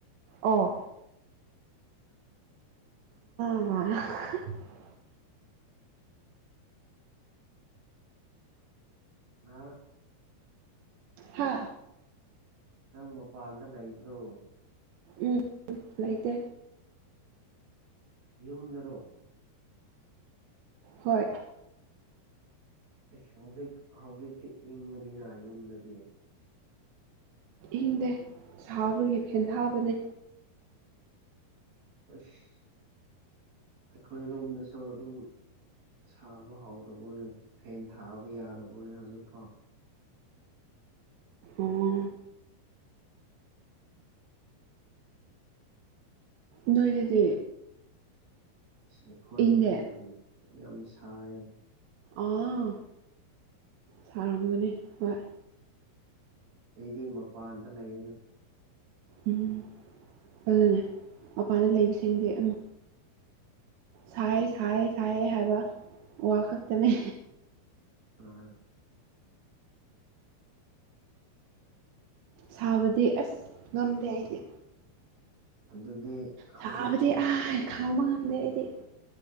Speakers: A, on the right; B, on the right.
A: ꯑꯣ ꯑ
B: ꯑꯥ
A: ꯍꯥ
B: ꯅꯪ ꯃꯄꯥꯟꯗ ꯂꯩꯕ꯭ꯔꯣ
A: ꯎꯝ ꯂꯩꯇꯦ
B: ꯌꯨꯝꯗꯔꯣ?
A: ꯍꯣꯏ
B: ꯏꯁ ꯍꯧꯖꯤꯛ ꯍꯧꯖꯤꯛꯇꯤ ꯏꯪꯉꯅꯤꯅ ꯌꯨꯝꯗꯗꯤ
A: ꯏꯪꯗꯦ ꯁꯥꯕꯒꯤ ꯐꯦꯟꯊꯥꯕꯅꯦ
B: ꯑꯁ ꯑꯩꯈꯣꯏꯔꯣꯝꯗꯁꯨ ꯑꯗꯨꯝ ꯁꯥꯕ ꯍꯧꯔꯕꯣꯅꯦ ꯐꯦꯟ ꯊꯥꯕ ꯌꯥꯔꯕꯣꯅꯦ ꯍꯧꯖꯤꯛꯐꯥꯎ
A: ꯑꯣ ꯅꯣꯏꯗꯗꯤ
B: ꯏꯁ ꯑꯩꯈꯣꯏ
A: ꯏꯪꯗꯦ
B: ꯃꯤ ꯌꯥꯝ ꯌꯥꯝꯅ ꯁꯥꯏꯌꯦ
A: ꯑꯥ ꯁꯥꯔꯝꯒꯅꯤ ꯍꯣꯏ
B: ꯑꯩꯗꯤ ꯃꯄꯥꯟꯗ ꯂꯩꯕꯅꯦ
A: ꯎꯝ ꯑꯗꯨꯅꯦ ꯃꯄꯥꯟꯗ ꯂꯩꯕꯁꯤꯡꯗꯤ ꯑꯝ ꯁꯥꯏ ꯁꯥꯏ ꯁꯥꯏꯑꯦ ꯍꯥꯏꯕ ꯋꯥ ꯈꯛꯇꯅꯤ꯫
B: ꯑꯥ
A: ꯁꯥꯕꯗꯤ ꯑꯁ ꯉꯝꯗꯦ ꯑꯩꯗꯤ
B: ꯑꯗꯨꯗꯤ ꯍꯧꯖꯤꯛꯀꯣ
A: ꯁꯥꯕꯗꯤ
B: ꯎꯝ
A: ꯑꯥꯏ ꯈꯥꯡꯕ ꯉꯝꯗꯦ ꯑꯩꯗꯤ